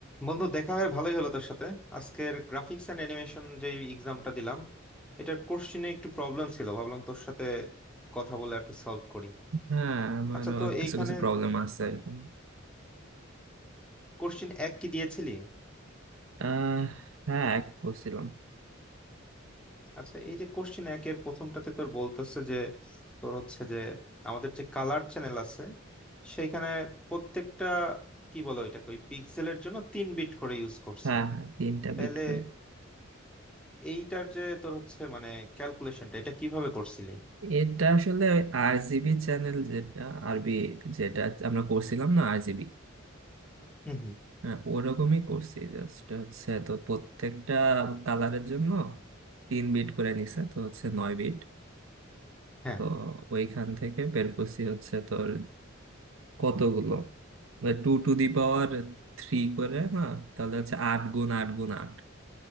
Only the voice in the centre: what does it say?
বন্ধু দেখা হয়ে ভালোই হলো তোর সাথে আজকের গ্রাফিক্স এন্ড অ্যানিমেশন যে এক্সামটা দিলাম এটার কোশ্চিনে একটু প্রবলেম ছিল ভাবলাম তোর সাথে কথা বলে আর কি সলভ করি
আচ্ছা তো
এইখানে
কোশ্চিন এক কি দিয়েছিলি
আচ্ছা এই যে কোশ্চিন একের প্রথমটাতে তোর বলতেছে যে তোর হচ্ছে যে আমাদের যে কালার চ্যানেল আছে সেইখানে প্রত্যেকটা কি বলে ওইটাকে ওই পিক্সেলের জন্য তিন বিট করে ইউজ করছে
তাহলে
এইটার যে তোর হচ্ছে মানে ক্যালকুলেশনটা এটা কিভাবে করছিলি
হুম
হুম